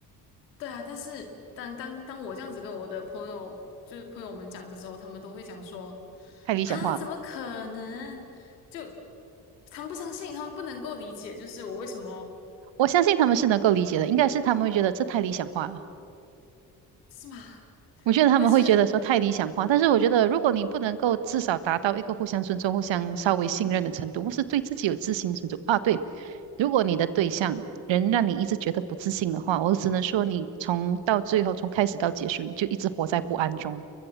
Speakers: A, on the left; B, on the right.
A: 对啊，但是当当当我这样子跟我的朋友，就是朋友们讲的时候，他们都会讲说，
B: 太理想化了。
A: 啊，怎么可能？就他们不相信，他们不能够理解，就是我为什么
B: 我相信他们是能够理解的，应该是他们会觉得这太理想化了。
A: 是吗？
B: 我觉得他们会觉得说太理想化，
A: 但是，
B: 但是我觉得如果你不能够至少达到一个互相尊重、互相稍微信任的程度，或是对自己有自信的程度啊，对，如果你的对象人让你一直觉得不自信的话，我只能说你从到最后，从开始到结束，你就一直活在不安中，